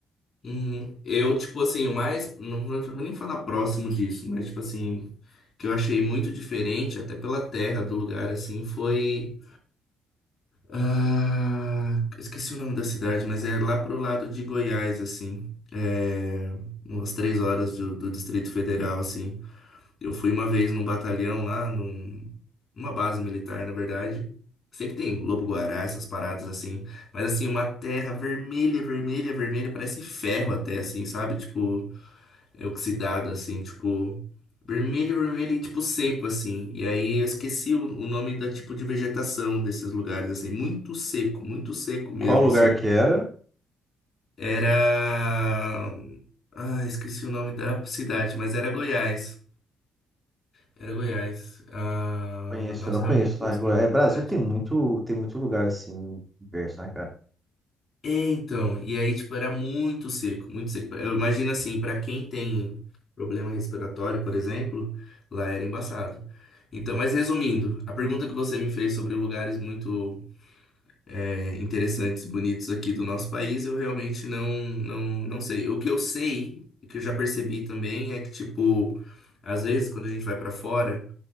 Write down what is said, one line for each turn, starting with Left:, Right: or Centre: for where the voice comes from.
Left: Uhum. Eu, tipo assim, o mais. Não vou nem falar próximo disso, mas, tipo assim, que eu achei muito diferente, até pela terra do lugar, assim, foi. Ah, esqueci o nome da cidade, mas é lá pro lado de Goiás, assim. É, umas três horas do, do Distrito Federal, assim. Eu fui uma vez num batalhão lá, num, numa base militar, na verdade. Sei que tem lobo-guará, essas paradas assim, mas assim, uma terra vermelha, vermelha, vermelha, parece ferro até, assim, sabe? Tipo, é oxidado, assim, tipo, vermelho, vermelho e tipo seco, assim. E aí eu esqueci o, o nome da tipo de vegetação desses lugares, assim, muito seco, muito seco mesmo,
Right: Qual lugar
Left: assim.
Right: que era?
Left: Era. Ah, esqueci o nome da cidade, mas era Goiás. Era Goiás. Ah,
Right: Conheço,
Left: nossa,
Right: eu não conheço
Left: realmente esqueci
Right: lá em Goiás.
Left: o nome
Right: É,
Left: da
Right: Brasil
Left: cidade.
Right: tem muito, tem muito lugar assim, diverso, né, cara?
Left: É, então, e aí, tipo, era muito seco, muito seco. Eu imagino assim, pra quem tem problema respiratório, por exemplo, lá era embaçado. Então, mas resumindo, a pergunta que você me fez sobre lugares muito é, interessantes e bonitos aqui do nosso país, eu realmente não, não, não sei. O que eu sei, que eu já percebi também, é que, tipo, às vezes quando a gente vai pra fora.